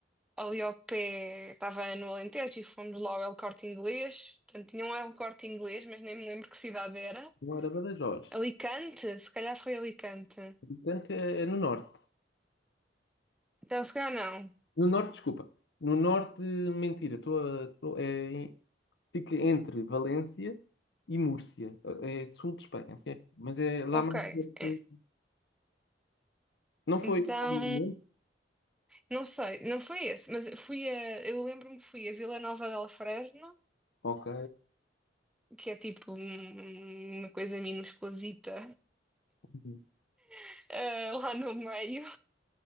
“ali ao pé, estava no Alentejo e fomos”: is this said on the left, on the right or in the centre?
Centre